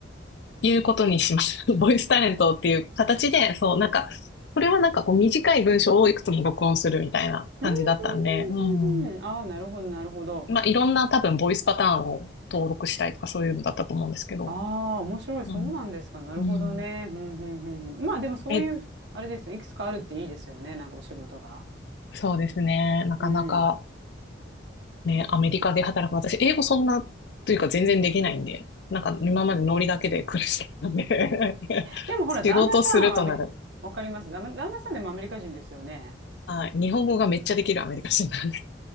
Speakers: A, on the left (about 60°); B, on the right (about 65°).
A: いうことにしました。<laughs> ボイスタレントっていう形で、そう、なんか、これはなんかこう短い文章をいくつも録音するみたいな感じだったんで、
B: うんうんうんうんうん。
A: うん。
B: ああ、なるほど、なるほど。
A: まあいろんな多分ボイスパターンを登録したいとかそういうのだったと思うんですけど、
B: ああ、面白い。そうなんですか。
A: うん。
B: なるほどね。
A: うん。
B: うん、うん、うんうん。まあでもそういう、
A: え、
B: あれですよ。いくつかあるっていいですよね。なんかお仕事が。
A: そうですね。なかなか
B: うん。
A: ね、アメリカで働く私、英語そんな、というか全然できないんで、なんか今までノリだけで苦しかったんで <laughs>
B: でもほら、
A: 仕事するとなる。
B: 旦那さんはめ、わかります。旦那旦那さんでもアメリカ人ですよね。
A: はい。日本語がめっちゃできるアメリカ人なんです。